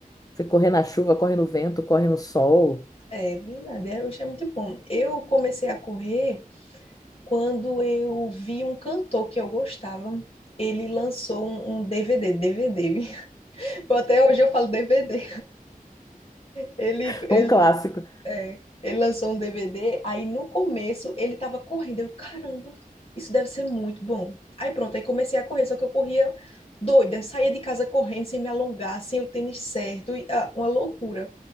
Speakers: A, on the left; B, on the left.
A: Você corre na chuva, corre no vento, corre no sol.
B: É verdade, eu achei muito bom. Eu comecei a correr quando eu vi um cantor que eu gostava. Ele lançou um, um DVD, DVD. <laughs> Até hoje eu falo DVD. Ele,
A: <laughs>
B: ele,
A: Um clássico.
B: é, ele lançou um DVD, aí no começo ele tava correndo. Eu, caramba, isso deve ser muito bom. Aí pronto, aí comecei a correr, só que eu corria doida, saía de casa correndo, sem me alongar, sem o tênis certo, e, ah, uma loucura.